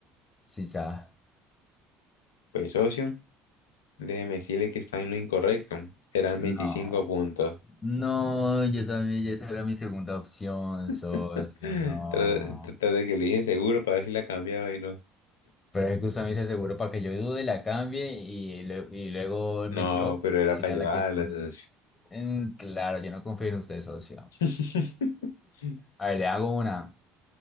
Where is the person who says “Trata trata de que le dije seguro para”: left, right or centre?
Left